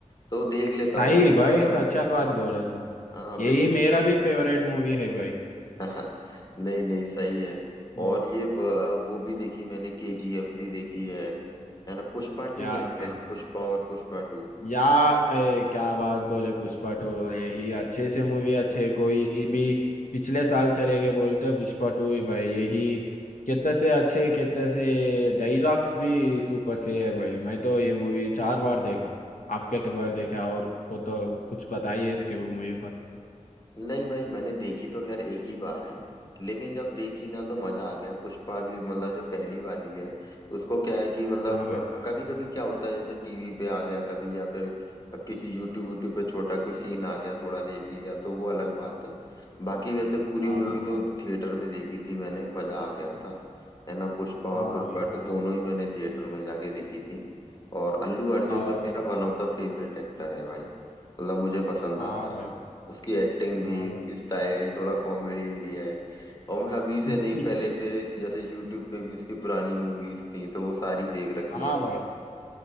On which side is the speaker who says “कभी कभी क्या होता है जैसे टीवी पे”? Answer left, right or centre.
Left